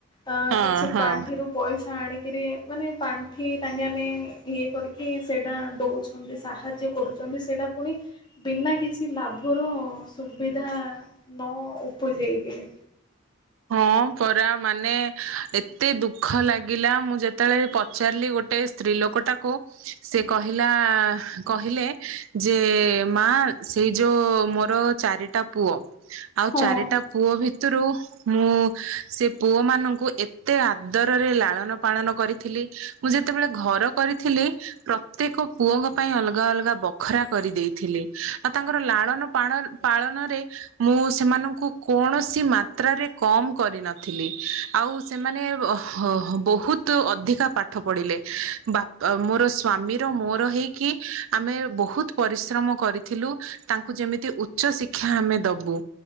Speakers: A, on the left; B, on the right.
A: ଅ
B: ହଁ
A: କିଛି
B: ହଁ
A: ପାଣ୍ଠିରୁୁ ପଇସା ଆଣି କିରି ମାନେ ପାଣ୍ଠି ତାଙ୍କେ ମାନେ ଇଏ କରିକି ସେଇଟା ଦେଉଛନ୍ତି ସାହାଯ୍ୟ କରୁଛନ୍ତି ସେଇଟା ପୁଣି ବିନା କିଛି ଲାଭର ସୁବିଧା ନ ଉପୁଜେଇକିରି
B: ହଁ ପରା ମାନେ ଏତେ ଦୁଃଖ ଲାଗିଲା ମୁଁ ଯେତେବେଳେ ପଚାରିଲି ଗୋଟେ ସ୍ତ୍ରୀ ଲୋକଟାକୁ ସେ କହିଲା କହିଲେ ଯେ ମା ସେଇ ଯୋଉ ମୋର ଚାରିଟା ପୁଅ ଆଉ
A: ହଁ।
B: ଚାରିଟା ପୁଅ ଭିତରୁ ମୁଁ ସେ ପୁଅ ମାନଙ୍କୁ ଏତେ ଆଦରରେ ଲାଳନ ପାଳନ କରିଥିଲି ମୁଁ ଯେତେବେଳେ ଘର କରିଥିଲି ପ୍ରତ୍ୟେକ ପୁଅଙ୍କ ପାଇଁ ଅଲଗା ଅଲଗା ବଖରା କରିଦେଇଥିଲି ଆଉ ତାଙ୍କର ଲାଳନ ପାଳ ପାଳନରେ ମୁଁ ସେମାନଙ୍କୁ କୌଣସି ମାତ୍ରାରେ କମ କରିନଥିଲି ଆଉ ସେମାନେ ବହୁତ ଅଧିକା ପାଠ ପଢିଲେ ବା ମୋର ସ୍ଵାମୀର ମୋର ହେଇକି ଆମେ ବହୁତ ପରିଶ୍ରମ କରିଥିଲୁ ତାଙ୍କୁ ଯେମିତି ଉଚ୍ଚ ଶିକ୍ଷା ଆମେ ଦବୁ